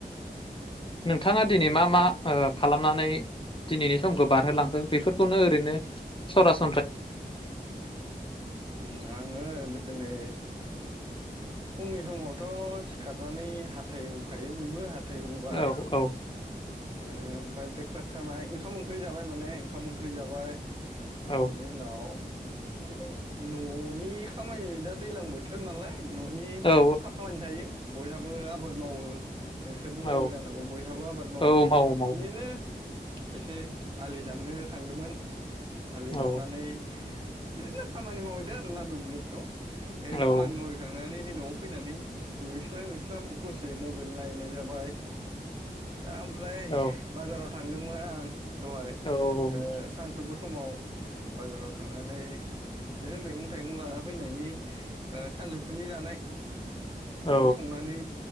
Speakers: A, on the left; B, on the right.
A: नोंथाङा दिनै मा मा खालामनानै दिनैनि समखौ बारहोलांदों बेफोरखौनो ओरैनो सरासन
B: अ आङो दिनै फुंनि समावथ' सिखारनानै हाथाय होखायो बयबो हा है हुबाय
A: औ औ
B: ओमफ्राय ब्रेकफास्ट खालामाय ओंखाम ओंख्रि जाबाय माने ओंखाम ओंख्रि जाबाय बेनि
A: औ
B: उनाव हैइ न'नि खामानि दा दैज्लां बोथोर नालाय । न'नि
A: औ
B: खामानि थायो । बयहाबो आबाद मावो । नोंसोरबो
A: औ
B: मावो जानांगौ बयहाबो आबाद मावो
A: औ
B: । बिदिनो
A: मावो
B: एसे आलि दाननो थांदोंमोन आलि
A: औ
B: दाननानै बिदिनो खामानि मावैदो आरो ना दुब्लियाव ए खामानि
A: औ
B: मावहैखांनानै बे न'आव फैनानै दुगैस्लां-लोबस्लां दसे मबाइल नायनाय जाबाय दा ओमफ्राय
A: औ
B: बाजाराव थांदोंमोन आं दहाय
A: औ
B: सानसौफु समाव बाजाराव थांनानै बिदिनो मैगं थाइगं लाना फैनायनि सानजौफुनि जानाय
A: औ
B: बेखौ संनानै